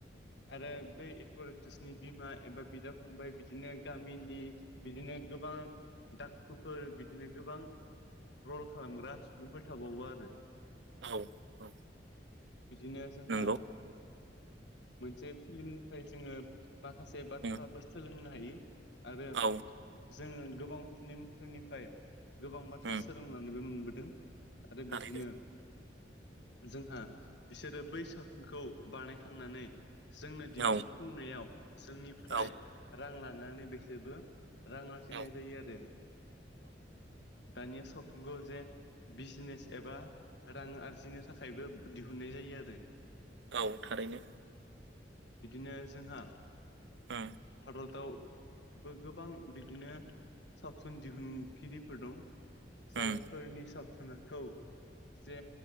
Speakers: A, on the left (about 70°); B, on the right (about 70°).
A: आरो बै एक्टर एक्ट्रिसनि बिमा एबा बिदा फंबाय बिदिनो गामिनि बिदिनो गोबां दाखुफोर बिदिनो गोबां रल खालामग्रा सुबुंफोरै थाबावो आरो।
B: औ औ
A: बिदिनो जोंहा
B: नंगौ
A: मोनसे फिल्मनिफ्राय जोङो माखासे बाथ्राबो
B: उम
A: सोलोंनो हायो आरो
B: औ
A: जोङो गोबां फिल्मफोरनिफ्राय गोबां बाथ्रा
B: उम
A: सोलोंनानैबो मोनबोदों। आरो
B: थारैनो
A: बिदिनो जोंहा बिसोरो बै सावथुनखौ बानायखांनानै जोंनो दिन्थिफुंनायाव
B: औ
A: जोंनिफ्राय
B: औ
A: रां लानानै बिसोरबो रां आरजिनाय
B: औ
A: जायो आरो दानिया सावथुनखौ जे बिजनेस एबा रां आरजिनो थाखायबो दिहुननाय जायो आरो।
B: औ थारैनो
A: बिदिनो जोंहा
B: ओ
A: भारतावबो गोबां बिदिनो सावथुन दिहुनगिरिफोर दं। जायफोरनि
B: उम
A: सावथुनाखौ जे